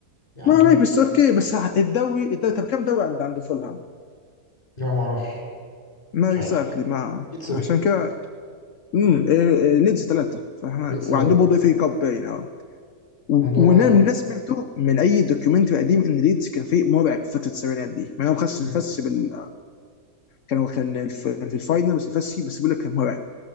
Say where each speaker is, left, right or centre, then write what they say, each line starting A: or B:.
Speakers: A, on the left; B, on the left.
A: يعني
B: ما عليك بس اوكي بس الدوري الدوري طب كم دوري عند عند فولهام؟
A: لا معرفش
B: ما
A: مش
B: اكزاكتلي
A: عارف الصراحة
B: ما
A: أكيد صفر
B: عشان كده امم آه، آه، ليدز ثلاثه فاحنا
A: ليدز
B: وعندهم
A: ثلاثة
B: برضه اف اي كاب باين اه و-
A: عندهم آه
B: وانا من اللي سمعته من اي دوكيومنتري قديم ان ليدز كان فريق مرعب في فتره السبعينات دي مع انهم خسوا
A: مم.
B: مفس بال... كانوا كان الف... كان في الفاينل بس مفسي بس بيقول لك كان مرعب